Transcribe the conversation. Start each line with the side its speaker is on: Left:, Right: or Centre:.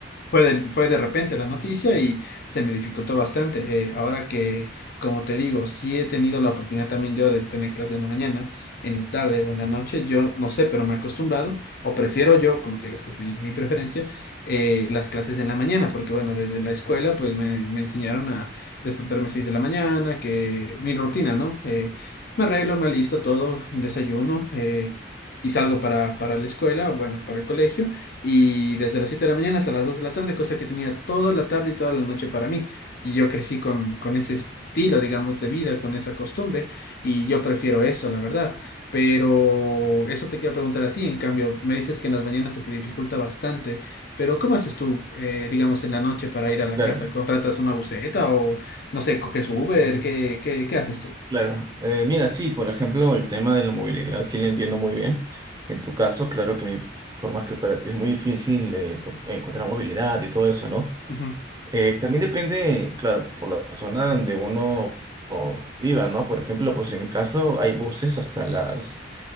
Left: fue de, fue de repente la noticia y se me dificultó bastante. Eh, ahora que, como te digo, sí he tenido la oportunidad también yo de tener clases en la mañana, en la tarde o en la noche, yo no sé, pero me he acostumbrado o prefiero yo, como te digo, esa es mi, mi preferencia, eh, las clases en la mañana, porque bueno, desde la escuela pues me, me enseñaron a despertarme a 6 de la mañana, que mi rutina, ¿no? Eh, me arreglo, me alisto todo, desayuno eh, y salgo para, para la escuela, bueno, para el colegio. Y desde las 7 de la mañana hasta las 2 de la tarde, cosa que tenía toda la tarde y toda la noche para mí. Y yo crecí con, con ese estilo, digamos, de vida, con esa costumbre, y yo prefiero eso, la verdad. Pero eso te quiero preguntar a ti, en cambio, me dices que en las mañanas se te dificulta bastante, pero ¿cómo haces tú, eh, digamos, en la noche para ir a la
Right: Claro,
Left: casa? ¿Contratas una buseta o, no sé, coges Uber? ¿Qué, qué, qué haces tú?
Right: claro. Eh, mira, sí, por ejemplo, el tema de la movilidad sí lo entiendo muy bien. En tu caso, claro que mi forma que para ti es muy difícil eh, tu- encontrar movilidad y todo eso, ¿no?
Left: Ujú.
Right: Eh, también depende, claro, por la zona donde uno o, viva, ¿no? Por ejemplo, pues en mi caso hay buses hasta las,